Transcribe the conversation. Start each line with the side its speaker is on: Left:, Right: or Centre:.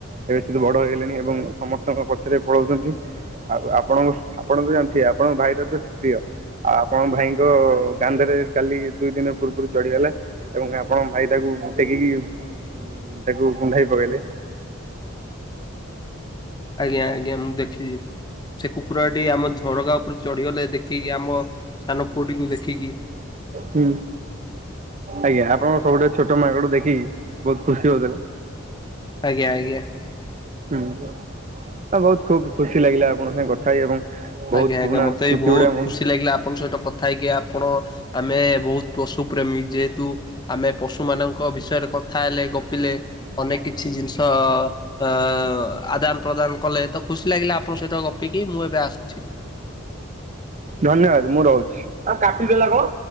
Right: ଏବେ ସିଏ ତ ବଡ ହେଇଗଲେଣି ଏବଂ ସମସ୍ତଙ୍କ ପଛରେ ପଳଉଛନ୍ତି। ଆଉ ଆପଣଙ୍କ ଆପଣ ତ ଜାଣିଥିବେ ଆପଣଙ୍କ ଭାଇର ତ ସେ ପ୍ରିୟ। ଆଉ ଆପଣଙ୍କ ଭାଇଙ୍କ କାନ୍ଧରେ ସେ କାଲି ଦୁଇ ଦିନ ପୂର୍ବରୁ ଚଢିଗଲା ଏବଂ ଆପଣଙ୍କ ଭାଇ ତାକୁ ଟେକିକି ହୁଁ, ତାକୁ କୁଣ୍ଢାଇ ପକେଇଲେ।
Left: ଆଜ୍ଞା, ଆଜ୍ଞା ମୁଁ ଦେଖିଚି। ସେ କୁକୁରଟି ଆମ ଝରକା ଉପରେ ଚଢିଗଲେ ଦେଖିକି ଆମ ସାନ ପୁଅଟିକୁ ଦେଖିକି।
Right: ହୁଁ। ଆଜ୍ଞା ଆପଣଙ୍କ ସବୁଠୁ ଛୋଟ ମାଙ୍କଡ ଦେଖିକି ବହୁତ ଖୁସି ହଉଥିଲା।
Left: ଆଜ୍ଞା, ଆଜ୍ଞା।
Right: ହୁଁ, ଅ, ବହୁତ ଖୁବ୍ ଖୁସି ଲାଗିଲା ଆପଣଙ୍କ ସାଙ୍ଗେ କଥା ହେଇ ଏବଂ ବହୁତ
Left: ଆଜ୍ଞା,
Right: ପୁରୁଣା
Left: ଆଜ୍ଞା ମୋତେ
Right: ସ୍ମୃତି
Left: ବି ବହୁତ
Right: ଗୁଡା ଆଜ୍ଞା
Left: ଖୁସି ଲାଗିଲା ଆପଣଙ୍କ ସହିତ କଥା ହେଇକି। ଆପଣ ଆମେ ବହୁତ ପଶୁ ପ୍ରେମୀ ଯେହେତୁ ଆମେ ପଶୁମାନଙ୍କ ବିଷୟରେ କଥା ହେଲେ ଗପିଲେ ଅନେକ କିଛି ଜିନିଷ ଅ, ଅ, ଆଦାନ ପ୍ରଦାନ କଲେ ତ ଖୁସି ଲାଗିଲା ଆପଣଙ୍କ ସହିତ ଗପିକି। ମୁଁ ଏବେ ଆସ
Right: ଧନ୍ୟବାଦ ମୁଁ ରଉ ଆ, କାଟିଦେଲା କଣ?